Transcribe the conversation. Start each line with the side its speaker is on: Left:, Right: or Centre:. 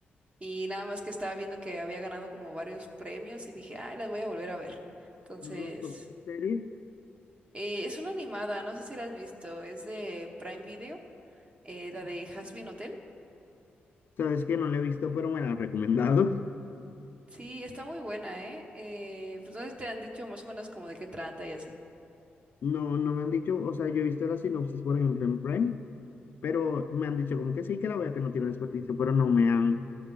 Right: Y nada más que estaba viendo que había ganado como varios premios y dije, ah, las voy a volver a ver. Entonces,
Left: Mm, ¿con ¿Qué serie?
Right: eh, es una animada, no sé si la has visto, es de Prime Video, eh, la de Hazbin Hotel.
Left: Sabes que no la he visto, pero me la han recomendado.
Right: Sí, está muy buena, ¿eh? Eh, pues no sé si te han dicho más o menos como de qué trata y así.
Left: No, no me han dicho, o sea, yo he visto la sinopsis, por ejemplo, en Prime, pero me han dicho como que sí, que la vea, que no tiene desperdicio, pero no me han,